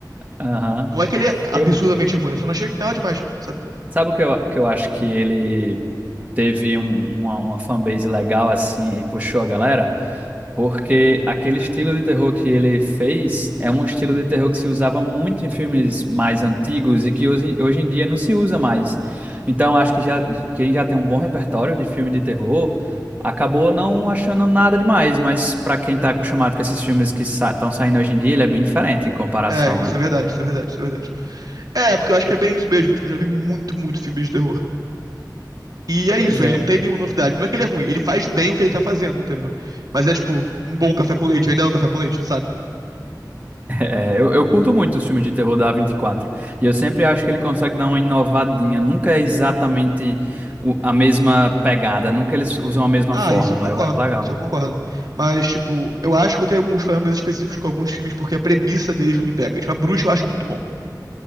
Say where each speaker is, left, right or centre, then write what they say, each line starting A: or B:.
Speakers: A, on the right; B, on the right.
A: Aham.
B: não é que ele é absurdamente
A: Eu,
B: ruim, eu só não achei nada demais, sabe?
A: sabe o que eu, que eu acho que ele teve um- uma, uma fanbase legal, assim, e puxou a galera? Porque aquele estilo de terror que ele fez é um estilo de terror que se usava muito em filmes mais antigos e que hoje, hoje em dia não se usa mais. Então, acho que já, quem já tem um bom repertório de filme de terror acabou não achando nada demais, mas para quem está acostumado com esses filmes que estão saindo hoje em dia, ele é bem diferente em comparação,
B: É, isso
A: né?
B: é verdade, isso é verdade, isso é verdade. É, porque eu acho que é bem isso mesmo, tipo, eu já vi muito, muito filme de terror. E é
A: Pois
B: isso,
A: é,
B: ele não tem nenhuma novidade. Não é que ele é ruim, ele faz bem o que ele tá fazendo, entendeu? Mas é tipo, um bom café com leite ainda é um café com leite, sabe?
A: É, eu, eu curto muito os filmes de terror da A24. E quatro. E eu sempre acho que ele consegue dar uma inovadinha. Nunca é exatamente o- a mesma pegada. Nunca eles usam a mesma
B: Ah,
A: fórmula.
B: isso eu concordo,
A: Eu acho legal.
B: isso eu concordo. Mas, tipo, eu acho que eu tenho alguns problemas específicos com alguns filmes porque a premissa deles não me pega. Tipo, a Bruxa eu acho muito bom.